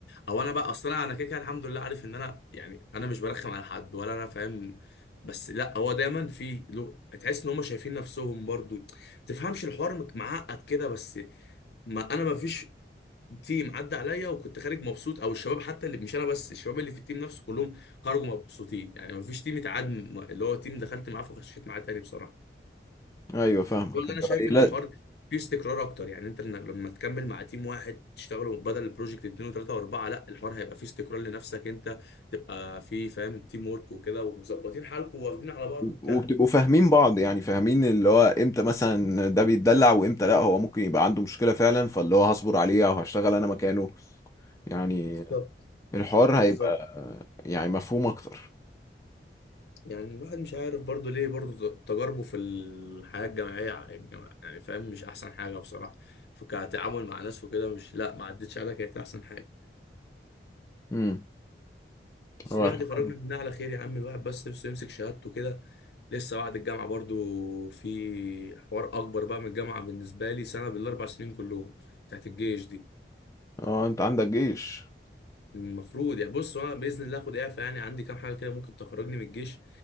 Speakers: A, on the left; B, on the left.
A: او انا بقى اصلا انا كده كده الحمد لله عارف ان انا يعني انا مش برخم على حد ولا انا فاهم بس لا هو دايما في لو... تحس ان هم شايفين نفسهم برضو ما تفهمش الحوار مك- معقد كده بس ما انا ما فيش تيم عدى عليا وكنت خارج مبسوط او الشباب حتى اللي مش انا بس الشباب اللي في التيم نفسه كلهم خرجوا مبسوطين يعني ما فيش تيم اتعاد اللي هو تيم دخلت معاه فخشيت معاه تاني بصراحه
B: ايوه فاهمك
A: دول اللي
B: اللي
A: انا شايف
B: هو إيه،
A: ان
B: لا
A: الحوار فيه استقرار اكتر يعني انت لما لما تكمل مع تيم واحد تشتغلوا بدل البروجكت اتنين وتلاته واربعه لا الحوار هيبقى فيه استقرار لنفسك انت تبقى فيه فاهم تيم ورك وكده ومظبطين حالكم واخدين على بعض وبتاع
B: وبتبقوا فاهمين بعض يعني فاهمين اللي هو امتى مثلا ده بيتدلع وامتى لا هو ممكن يبقى عنده مشكله فعلا فاللي هو هصبر عليه او هشتغل انا مكانه يعني
A: بالظبط
B: الحوار
A: بالظبط
B: هيبقى يعني مفهوم اكتر
A: يعني الواحد مش عارف برضو ليه برضو ت- تجاربه في الحياة الجامعية ع- الجامع- يعني فاهم مش أحسن حاجة بصراحة فكتعامل مع ناس وكده مش لا ما عدتش عليها كانت أحسن حاجة
B: امم
A: بس
B: هو
A: الواحد
B: الحوار
A: يخرجنا منها على خير يا عم الواحد بس نفسه يمسك شهادته كده لسه بعد الجامعة برضو في حوار أكبر بقى من الجامعة بالنسبة لي سنة بالأربع سنين كلهم بتاعت الجيش دي
B: اه انت عندك جيش
A: المفروض يعني بص أنا بإذن الله آخد إعفاء يعني عندي كام حاجة كده ممكن تخرجني من الجيش